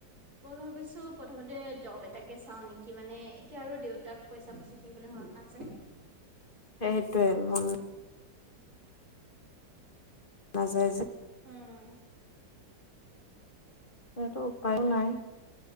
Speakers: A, on the right (about 55°); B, on the left (about 25°).
A: মই ভাবিছো প্ৰথমতে জব এটাকে চাও নেকি মানে এতিয়া আৰু দেউতাক পইচা ফুচি থাকিবলৈ মন আছে
B: সেইটো মন‌ নাজাই
A: উম
B: সেটো উপায়ো নাই।